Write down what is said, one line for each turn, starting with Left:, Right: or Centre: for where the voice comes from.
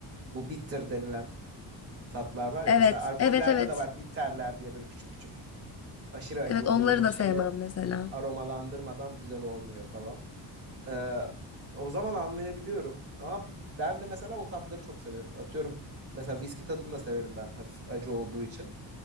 Right: Bu bitter denilen tatlar var ya.
Left: Evet,
Right: Mesela alkollerde
Left: evet, evet.
Right: de var bitterler diye böyle küçük küçük. Aşırı acı
Left: Evet
Right: oluyor.
Left: onları
Right: Onu
Left: da
Right: bir şeyle
Left: sevmem mesela.
Right: aromalandırmadan güzel olmuyor falan. Ee, o zaman anlayabiliyorum. Ama ben de mesela o tatları çok seviyorum. Atıyorum mesela viski tadını da severim ben hafif acı olduğu için.